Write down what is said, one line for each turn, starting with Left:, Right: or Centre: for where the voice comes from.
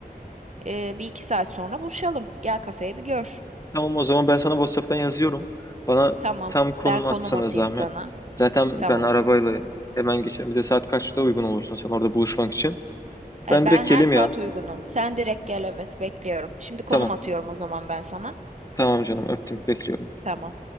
Right: E, bir iki saat sonra buluşalım. Gel kafeye bir gör.
Left: Tamam o zaman ben sana WhatsApp'tan yazıyorum. Bana
Right: Tamam.
Left: tam konum
Right: Ben konum
Left: atsana
Right: atayım
Left: zahmet.
Right: sana.
Left: Zaten
Right: Tamam.
Left: ben arabayla hemen geçerim. Bir de saat kaçta uygun olursun sen orada buluşmak için.
Right: E,
Left: Ben
Right: Ben
Left: direkt
Right: her
Left: gelim
Right: saat
Left: ya.
Right: uygunum. Sen direkt gel evet bekliyorum. Şimdi konum
Left: Tamam.
Right: atıyorum o zaman ben sana.
Left: Tamam canım öptüm. Bekliyorum.
Right: Tamam.